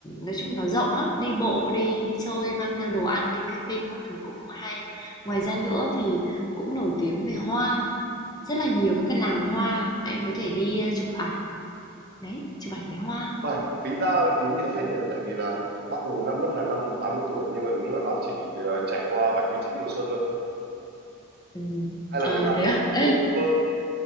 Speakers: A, on the left; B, on the right.
A: nói chung nó rộng lắm, đi bộ, đi đi chơi, mang theo đồ ăn, đi camping các thứ cũng hay. Ngoài ra nữa thì cũng nổi tiếng về hoa, rất là nhiều các cái làng hoa mà em có thể đi ờ, chụp ảnh. Đấy, chụp ảnh với hoa.
B: Uầy, tính ra ý nghĩa phết nhỉ tại vì là bác Hồ đã mất là năm 80 tuổi nhưng mà đúng là bác chỉ ờ, trải qua 79 mùa xuân thôi
A: Ừ.
B: hay là
A: Ờ
B: người ta
A: thế
B: cố
A: à?
B: tình
A: Ê,
B: chơi vâng